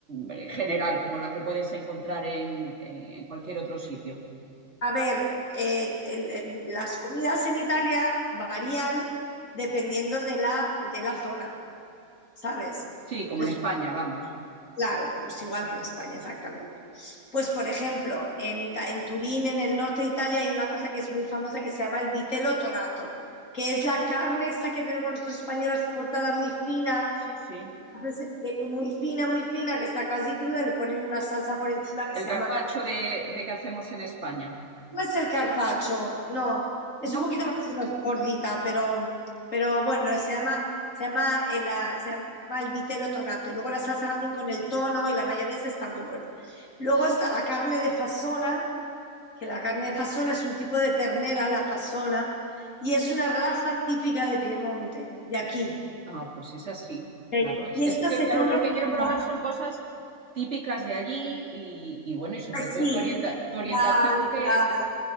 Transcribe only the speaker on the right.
eh, general, como la que puedes encontrar en, en cualquier otro sitio?
Sí, como
en España, vamos.
Sí, sí.
El
carpaccio
de, de que hacemos en España,
¿no?
Ah, pues es así,
claro. Es,
es
que,
claro,
yo lo que quiero
probar son cosas típicas de allí y, y bueno, y sobre
todo
tu, orienta- tu orientación
que...